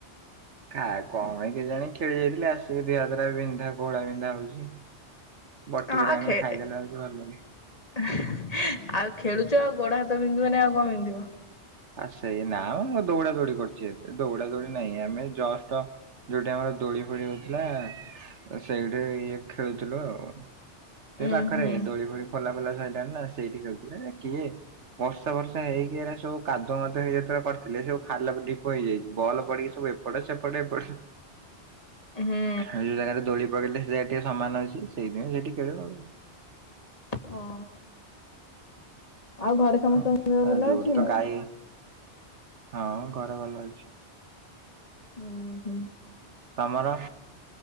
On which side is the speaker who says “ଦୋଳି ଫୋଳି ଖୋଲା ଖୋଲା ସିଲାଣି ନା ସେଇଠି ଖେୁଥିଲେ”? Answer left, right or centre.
Right